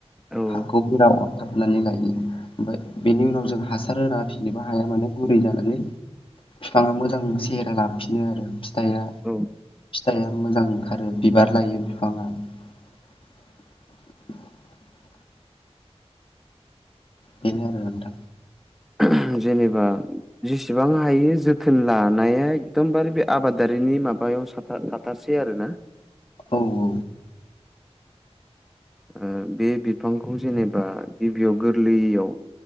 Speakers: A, in the centre; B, on the left (about 55°).
A: औ
B: हाखौ गोरा अर थाबनानै लायो ओमफ्राय बेनि उनाव जों हासार होना फिसिनोबो हाया माने गुरै जानानै फिफांङा मोजां सेहेरा लाफिनो आरो। थाइया
A: औ
B: फिथाइया मोजां ओंखारो बिबार लायो फिफांङा। <inaudible> बेनो आरो नोंथां।
A: <unintelligible> जेनेबा जेसेबां हायो जोथोन लानाया एकदमबारे बे आबादारिनि माबायाव सा था-थाथारसै आरोना।
B: औ औ।
A: ओ बे बिफांखौ जेनेबा गिबियाव गोरलैयाव